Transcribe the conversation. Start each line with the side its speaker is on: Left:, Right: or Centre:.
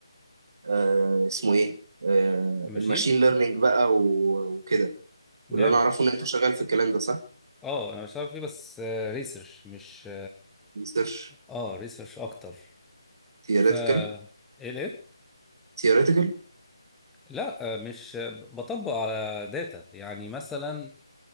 Right: آه اسمه ايه آه
Centre: ماشي؟
Right: الماشين ليرنينج بقى و- وكده
Centre: جامد
Right: واللي انا اعرفه ان انت شغال في الكلام ده صح
Centre: اه انا بشتغل فيه بس ريسيرش مش
Right: ريسيرش
Centre: اه ريسيرش اكتر
Right: ثيوريتيكال
Centre: ف ايه ليه
Right: ثيوريتيكال
Centre: لا آه، مش بطبق على داتا يعني مثلا